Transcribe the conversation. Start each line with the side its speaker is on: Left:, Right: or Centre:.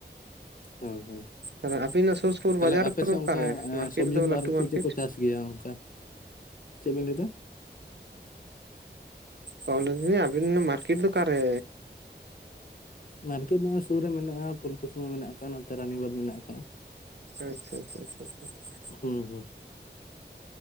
Left: ᱦᱩᱸ ᱦᱩᱸ
Right: ᱛᱟᱦᱚᱞᱮ ᱟᱹᱵᱤᱱᱟᱜ ᱥᱩᱨ ᱥᱩᱯᱩᱨ
Left: ᱛᱟᱦᱚᱞᱮ
Right: ᱵᱟᱡᱟᱨ
Left: ᱟᱯᱮ
Right: ᱠᱚᱫᱚ
Left: ᱥᱮᱫ
Right: ᱚᱠᱟᱨᱮ
Left: ᱚᱱᱠᱟ
Right: ᱢᱟᱨᱠᱮᱴ
Left: ᱥᱚᱵᱽᱡᱤ
Right: ᱫᱚ
Left: ᱠᱚ
Right: ᱞᱟᱹᱴᱩ
Left: ᱟᱨ ᱪᱮᱫ
Right: ᱢᱟᱨᱠᱮᱴ
Left: ᱪᱮᱫ ᱠᱚ ᱪᱟᱥ ᱜᱮᱭᱟ ᱚᱱᱠᱟ ᱪᱮᱫ ᱵᱮᱱ ᱞᱟᱹᱭ ᱮᱫᱟ
Right: ᱦᱮ ᱞᱟᱹᱭᱫᱟ ᱟᱵᱤᱱ ᱢᱟᱨᱠᱮᱴ ᱫᱚ ᱚᱠᱟᱨᱮ
Left: ᱢᱟᱨᱠᱮᱴ ᱱᱚᱣᱟ ᱥᱩᱨ ᱨᱮ ᱢᱮᱱᱟᱜᱼᱟ ᱯᱷᱩᱞᱠᱩᱥᱢᱟ ᱢᱮᱱᱟᱜ ᱟᱠᱟᱫ ᱱᱚᱛᱮ ᱨᱟᱱᱤᱵᱟᱫᱽ ᱢᱮᱱᱟᱜ ᱟᱠᱟᱜ-ᱟ
Right: ᱟᱪᱪᱷᱟ ᱟᱪᱪᱷᱟ ᱟᱪᱪᱷᱟ ᱪᱷᱟ
Left: ᱩᱸᱩᱸ